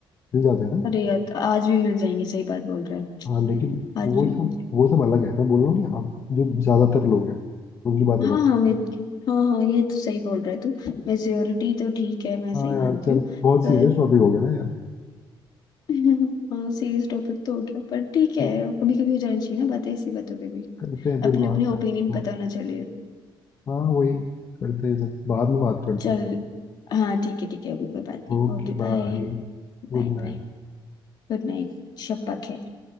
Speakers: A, on the left; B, on the left.
A: मिल जाते हैं ना
B: अरे यार तो आज भी मिल जाएंगे सही बात बोल रहा है
A: हाँ लेकिन
B: आज
A: वो
B: भी
A: सब
B: मिल जाएंगे
A: वो सब अलग है मैं बोल रहा हूँ कि अब जो ज़्यादातर लोग हैं उनकी बातें
B: हाँ
A: कर
B: हाँ मिर्च हाँ हाँ ये तो सही बोल रहा है तू मेजोरिटी तो ठीक है मैं
A: हाँ
B: सही
A: यार
B: मानती
A: चल
B: हूँ
A: बहुत सीरियस
B: पर
A: टॉपिक हो गया ना यार
B: <laughs> हाँ सीरियस टॉपिक तो हो गया पर ठीक है
A: तो
B: कभी कभी हो जाना चाहिए ना बातें ऐसी बातों पे भी
A: करते हैं फिर
B: अपने
A: बात
B: अपने ओपिनियन
A: यार छोड़
B: पता ना चले
A: हाँ वही करते हैं जब बाद में बात करते
B: चल
A: हैं
B: हाँ ठीक है ठीक है अभी कोई बात नहीं
A: Okay
B: okay
A: bye
B: bye
A: good
B: Bye
A: night
B: bye Good night शब्बा खैर